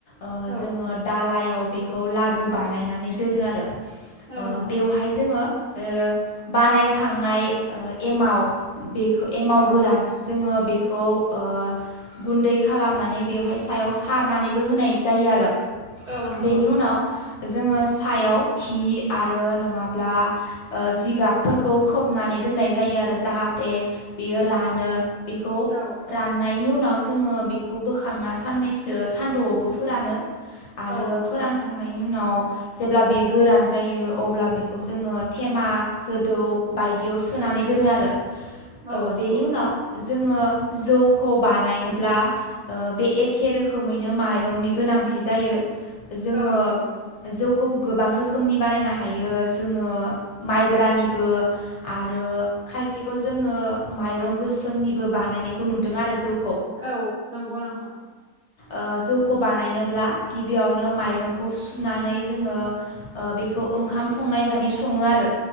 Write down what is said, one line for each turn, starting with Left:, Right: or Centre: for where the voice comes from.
Left: ओ
Right: औ
Left: जोङो दालाइ याव बेखौ लारु बानायनानै दोनो आरो
Right: औ नंगौ
Left: बेवहाय
Right: नोंथां
Left: जोङो ओ बानायखांनाय ओ एमाव बे खौ एमाव
Right: औ
Left: गोरान जोङो बेखौ ओ गुन्दै खालामनानै बेवहाय सायाव सारनानैबो होनाय जायो आरो
Right: औ नंगौ
Left: बेनि उनाव जोङो सायाव हि आरो नङाब्ला ओ जिगाबफोरखौ खोबनानै दोननाय जायो आरो जाहाथे बियो रानो बेखौ
Right: औ
Left: राननायनि उनाव जोङो बेखौ बोखांना साननैसो सान्दौआवबो फोरानो आरो
Right: औ नंगौ
Left: फोरानखांनायनि
Right: नोंथां
Left: उनाव जेब्ला बे गोरान जायो अब्ला बेखौ जोङो थेमा जोदौ बायदियाव सोनानै
Right: औ
Left: दोनो आरो
Right: औ
Left: ओ
Right: नंगौ
Left: बेनि उनाव जोङो जो वखौ बानायनोब्ला ओ बे एखे रोखोमैनो माइरंनि गोनांथि जायो जोङो
Right: औ नंगौ
Left: जौ खौ गोबां रोखोमनि बानायनो हायो जोङो माइब्रानिबो आरो खायसे जोङो माइरं गोसोमनिबो बानायनायखौ नुदों आरो जौ
Right: औ नंगौ नोंथां
Left: ओ जौखौ बानायनोब्ला गिबियावनो माइरंखौ सुनानै जोङो ओ बेखौ ओंखाम संनाय बादि सङो आरो